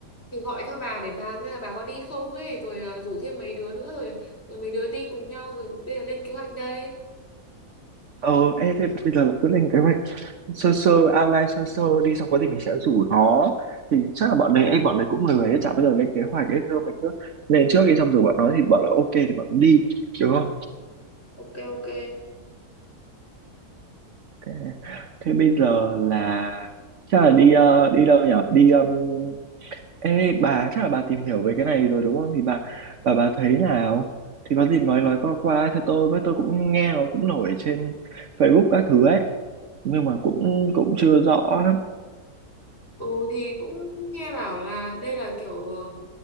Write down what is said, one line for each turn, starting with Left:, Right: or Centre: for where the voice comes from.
Left: Thì gọi cho bà để bà xem là bà có đi không ấy, rồi à, rủ thêm mấy đứa nữa rồi rồi mấy đứa đi cùng nhau rồi bây giờ lên kế hoạch đây.
Right: Ờ, ê, thế bây giờ là cứ lên kế hoạch sơ sơ outline sơ sơ đi xong có gì mình sẽ rủ nó thì chắc là bọn đấy ê, bọn đấy cũng lười ấy chả bao giờ lên kế hoạch ấy thôi mình cứ lên trước đi xong rồi bọn nó thì bọn là ok thì bọn nó đi được không?
Left: Ok ok.
Right: Thế, thế bây giờ là chắc là đi ờ, đi đâu nhỉ? Đi um, Ê bà chắc là bà tìm hiểu về cái này rồi đúng không? Thì bà bà bà thấy nào? Thì có gì nói nói qua qua cho tôi với tôi cũng nghe nó cũng nổi trên Facebook các thứ ấy nhưng mà cũng cũng chưa rõ lắm.
Left: Ừ thì cũng nghe bảo là đây là kiểu ờ,